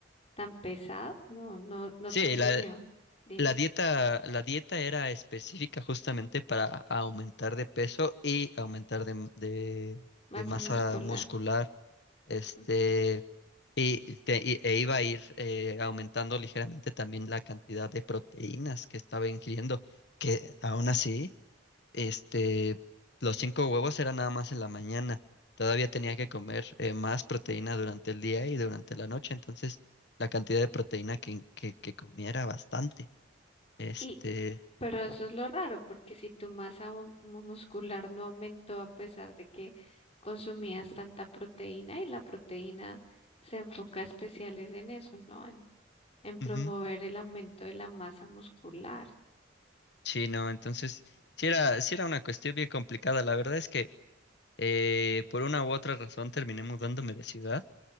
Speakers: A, on the left (about 30°); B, on the left (about 60°).
A: tan pesado. No, no, no
B: Sí,
A: te enseñó.
B: la,
A: Dime,
B: la dieta, la dieta era específica justamente para aumentar de peso y aumentar de, de-
A: masa
B: de masa
A: muscular.
B: muscular. Este,
A: Mm.
B: y, te- y- e iba a ir eh, aumentando ligeramente también la cantidad de proteínas que estaba ingiriendo, que aún así este, los cinco huevos eran nada más en la mañana. Todavía tenía que comer eh, más proteína durante el día y durante la noche. Entonces, la cantidad de proteína que, in- que, que comiera bastante. Este,
A: Y, pero eso es lo raro, porque si tu masa mu- mu- muscular no aumentó a pesar de que consumías tanta proteína y la proteína se enfoca especiales en eso, ¿no? en promover
B: ujú.
A: el aumento de la masa muscular.
B: Sí, no, entonces, sí era, sí era una cuestión bien complicada. La verdad es que eh, por una u otra razón terminé mudándome de ciudad.